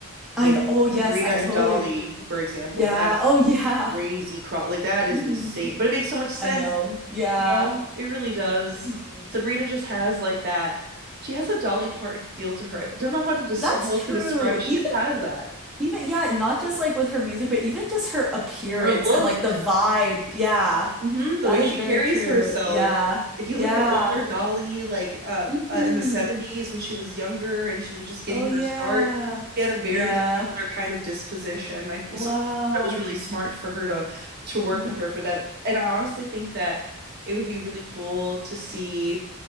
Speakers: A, in the centre; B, on the right.
A: I
B: You
A: know.
B: know,
A: Oh yes,
B: Sabrina
A: I
B: and
A: totally
B: Dolly,
A: agree.
B: for example,
A: Yeah.
B: that's
A: Oh yeah.
B: crazy. Cro like that is
A: Mhm.
B: insane, but it makes so much sense
A: I know. Yeah.
B: you know, it really does.
A: Mhm.
B: Sabrina just has like that. She has a Dolly Parton feel to her. I don't know how to describe
A: That's
B: what
A: true.
B: to describe it. She
A: Even
B: just has that.
A: even yeah, not just like with her music, but even just her appearance
B: Her look,
A: and like the vibe. Yeah.
B: hmm The
A: That
B: way
A: is
B: she
A: very
B: carries
A: true.
B: herself.
A: Yeah.
B: If you
A: Yeah.
B: look at older Dolly, like uh,
A: hmm
B: uh, in the 70s when she was younger and she was just getting
A: Oh yeah.
B: her start, she had a very
A: Yeah.
B: similar kind of disposition. I th
A: Wow.
B: so it was really smart for her to to work
A: hmm
B: with her for that. And I honestly think that it would be really cool to see